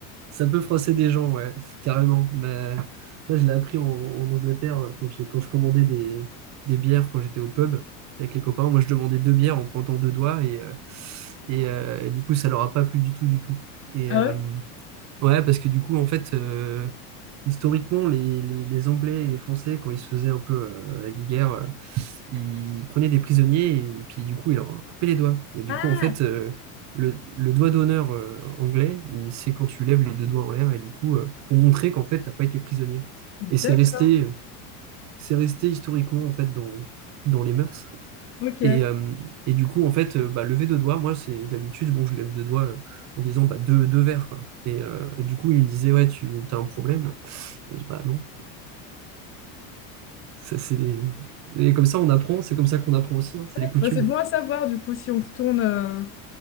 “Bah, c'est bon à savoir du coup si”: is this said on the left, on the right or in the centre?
Left